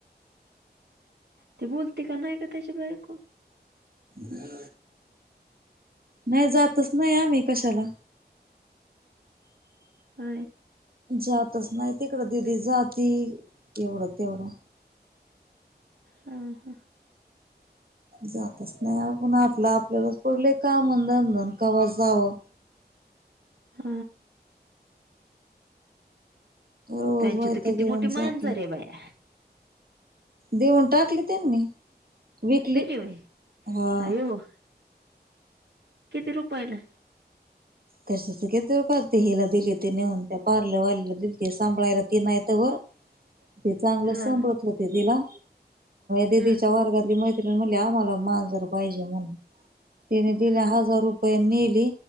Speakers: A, on the right; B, on the right.
A: ते बोलते का नाही का त्याच्या बायको.
B: ह. नाही जातच नाही आम्ही कशाला
A: ह.
B: जातच नाही तिकडं दिदी जाती एवढ. तेवढा.
A: हा हा
B: जातच नाही पण आपलं आपल्यालाच पडलं काम धंद कवा जावं
A: ह.
B: रोज
A: त्यांची
B: वैताग
A: तर किती
B: येऊन
A: मोठी मांजर
B: जातोय.
A: आहे बाई.
B: देऊन टाकली त्यांनी. विकली
A: दिली व्हय.
B: हा.
A: अयो. किती रुपयाला?
B: कशचते हिला दिली ते न म्हण त्या पार्लरवाल्याला दिलीते सांभळायला ती नाही. ते चांगलंसांभाळत
A: हां,
B: होते तिला. दिदीच्या
A: हां,
B: वर्गातली मैत्रिणी म्हणली आम्हाला माांजर पाहिजे म्हणून. तिने दिले
A: हां.
B: हजार रुपये नेले